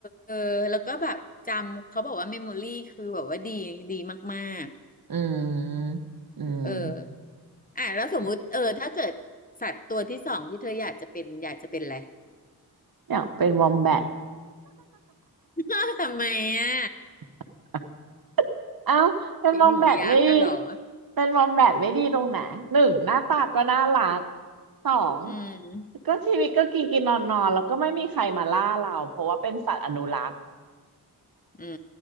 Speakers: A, on the left; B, on the right.
A: เออแล้วก็แบบจำเขาบอกว่าเมมโมรี่คือแบบว่าดีดีมาก
B: อืมอืม
A: ๆเอออ่ะแล้วสมมุติเออถ้าเกิดสัตว์ตัวที่สองที่เธออยากจะเป็นอยากจะเป็นอะไร
B: เนี่ยเป็นวอมแบท
A: อ้าวทำไมอ่ะ
B: <laughs> เอ้าเป็นมอมแบทไม่ดี
A: ไอหนูยักษ์อะเหรอ
B: เป็นมอมแบทไม่ดีตรงไหนหนึ่งหน้าตาก็น่ารักสอง
A: อืม
B: ก็ชีวิตก็กินกินนอนนอนแล้วก็ไม่มีใครมาล่าเราเพราะว่าเป็นสัตว์อนุรักษ์
A: อื